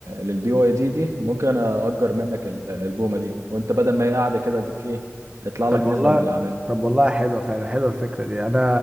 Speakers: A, on the right; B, on the right.
A: للبي واي دي دي ممكن اجر منك ال- البومة دي وانت بدل ما هي قاعدة كده اديك ايه هيطلع
B: طب
A: لك
B: والله
A: نسبة من اللي عاملها
B: طب والله حلوه فعلا حلوه الفكره دي انا